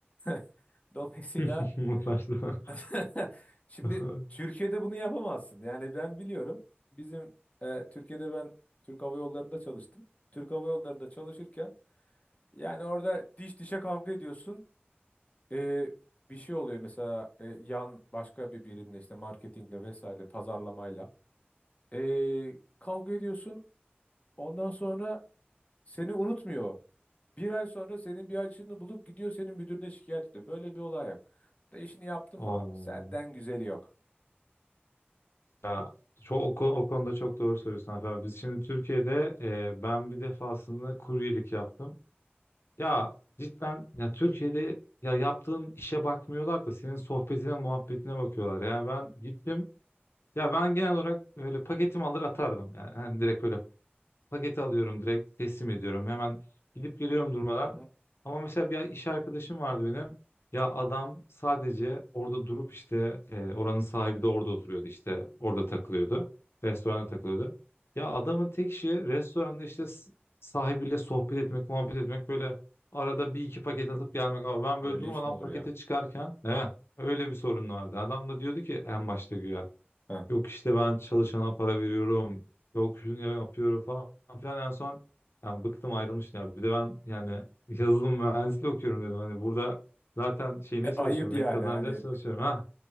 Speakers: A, on the left; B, on the left.
A: <laughs> Dolayısıyla
B: <laughs> Mutlaka.
A: <laughs> şimdi
B: <laughs>
A: Türkiye'de bunu yapamazsın. Yani ben biliyorum bizim e, Türkiye'de ben Türk Hava Yolları'nda çalıştım. Türk Hava Yolları'nda çalışırken yani orada diş dişe kavga ediyorsun. E, bir şey oluyor mesela e, yan başka bir birimle işte marketingle vesaire pazarlamayla. Ee, kavga ediyorsun. Ondan sonra seni unutmuyor. Bir ay sonra senin bir açığını bulup gidiyor senin müdürüne şikayet ediyor. Böyle bir olay yok. Da işini yaptın mı
B: Oo.
A: abi? Senden güzeli yok.
B: Ya çok o, konu- o konuda çok doğru söylüyorsun Alper abi. Biz şimdi Türkiye'de e, ben bir defasında kuryelik yaptım. Ya cidden ya Türkiye'de ya yaptığın işe bakmıyorlar da senin sohbetine muhabbetine bakıyorlar. Yani ben gittim Ya ben genel olarak öyle paketimi alır atardım yani. Hani direkt öyle paketi alıyorum direkt teslim ediyorum. Hemen gidip geliyorum durmadan.
A: Hı hı,
B: Ama mesela bir iş arkadaşım vardı benim. Ya adam sadece orada durup işte e, oranın sahibi de orada oturuyordu işte orada
A: hı hı.
B: takılıyordu. Restoranda takılıyordu. Ya adamın tek işi restoranda işte s- sahibiyle sohbet etmek, muhabbet etmek böyle arada bir iki paket
A: Ö-
B: atıp gelmek. Ama ben
A: Öyle
B: böyle durmadan
A: iş mi olur
B: pakete
A: ya?
B: çıkarken evet, öyle bir sorun vardı. Adam da diyordu ki en başta güya.
A: Ha.
B: Yok işte ben çalışana para veriyorum. Yok şunu ya- yapıyorum falan filan. En son yani bıktım ayrılmıştım ya. Bir de ben yani yazılım mühendisliği okuyorum dedim. Hani burada zaten şeyine
A: E,
B: çalışıyorum.
A: ayıp yani
B: Ek kazanca
A: hani
B: çalışıyorum. Ha